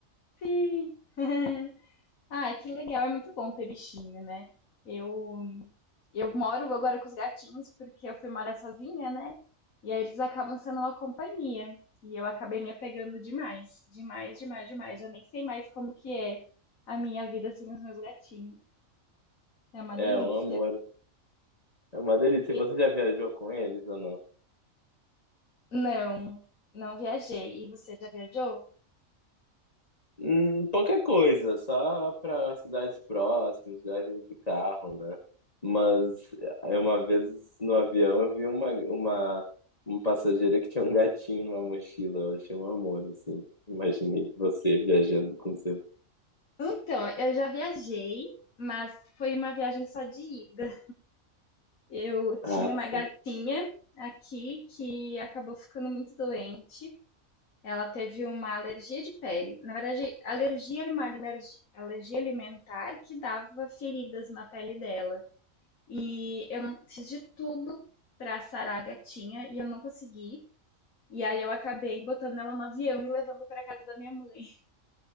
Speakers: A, on the left (about 90°); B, on the left (about 30°).
A: Sim. <laughs> Ah, que legal, é muito bom ter bichinho, né? Eu eu moro agora com os gatinhos porque eu fui morar sozinha, né? E aí eles acabam sendo uma companhia. E eu acabei me apegando demais, demais, demais, demais. Já nem sei mais como que é a minha vida sem os meus gatinhos. É uma delícia.
B: É um amor, é uma delícia.
A: E-
B: Você já viajou com eles ou
A: não, não viajei.
B: não?
A: E você já viajou?
B: Hum, pouca coisa, só para cidades próximas, viagens de carro, né? Mas eh, uma vez no avião eu vi uma, uma, uma passageira que tinha um gatinho numa mochila, eu achei um amor, assim. Imaginei você viajando com seu.
A: Então, eu já viajei, mas foi uma viagem só de ida. Eu tinha
B: Ah,
A: uma
B: sim.
A: gatinha aqui que acabou ficando muito doente. Ela teve uma alergia de pele. Na verdade, alergia é uma alergi- alergia alimentar que dava feridas na pele dela. E eu não- fiz de tudo pra sarar a gatinha e eu não consegui. E aí eu acabei botando ela no avião e levando pra casa da minha mãe, <laughs>